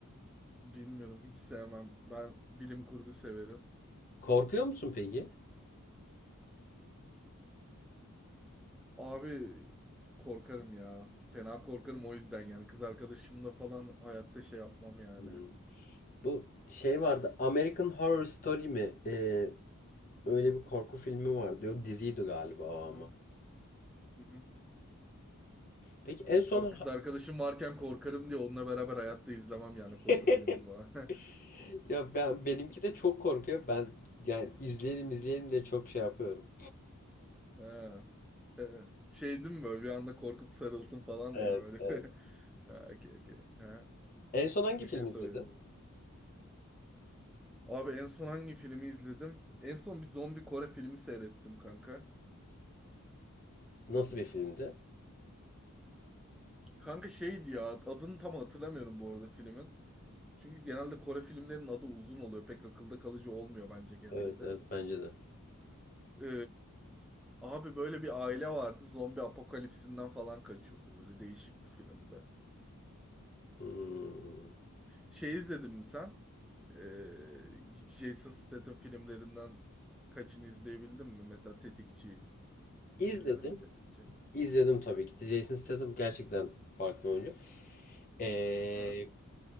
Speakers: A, in the centre; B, on the left.
A: Bilmiyorum hiç sevmem. Ben bilim kurgu severim.
B: Korkuyor musun peki?
A: Abi korkarım ya. Fena korkarım o yüzden yani. Kız arkadaşımla falan hayatta şey yapmam yani.
B: Hmm.
A: Hı
B: Bu şey vardı. American Horror Story mi? Ee,
A: hı.
B: öyle bir korku filmi vardı. Yok diziydi galiba o ama.
A: Hı hı.
B: Peki en son
A: Abi kız arkadaşım varken korkarım diye onunla beraber hayatta izlemem yani korku
B: <laughs>
A: filmi falan. <laughs>
B: ya ben benimki de çok korkuyor. Ben yani izleyelim izleyelim de çok şey yapıyorum.
A: Ha. Ee, Şey değil mi böyle bir anda korkup sarılsın falan
B: Evet,
A: diye böyle.
B: evet.
A: <laughs> Ha, okey, okey. Ha,
B: En son hangi
A: bir
B: film
A: şey soruyordum.
B: izledin?
A: Abi en son hangi filmi izledim? En son bir zombi Kore filmi seyrettim kanka.
B: Nasıl bir filmdi?
A: Kanka şeydi ya adını tam hatırlamıyorum bu arada filmin. Çünkü genelde Kore filmlerinin adı uzun oluyor. Pek akılda kalıcı olmuyor bence genelde.
B: Evet, evet bence de.
A: Ee, abi böyle bir aile vardı. Zombi apokalipsinden falan kaçıyordu. Böyle değişik bir filmdi.
B: Hmm.
A: Şey izledin mi sen? Ee, hiç Jason Statham filmlerinden kaçını izleyebildin mi? Mesela Tetikçi. Hiç
B: İzledim.
A: izledin mi Tetikçi?
B: İzledim tabii ki. Jason Statham gerçekten farklı oyuncu. Ee,
A: Hı.